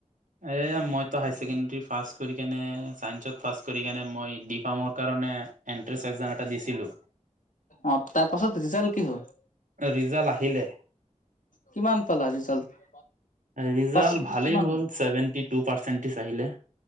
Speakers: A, on the right; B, on the left.
A: এই মইতো হায়াৰ ছেকেণ্ডেৰী পাছ কৰি কেনে ছাইন্সত পাছ কৰি কেনে মই ডি পামৰ কাৰণে এণ্ট্ৰেন্ঞ্চ একজাম এটা দিছিলোঁ
B: অ তাৰ পাছত ৰিজাল্ট কি হ'ল
A: ৰিজাল্ট আহিলে
B: কিমান পালা ৰিজাল্ট
A: ৰিজাল্ট
B: পাৰ্চেন্টেজ
A: ভালেই
B: কিমান
A: হ'ল ছেভেনটি টু পাৰ্চেটিজ আহিলে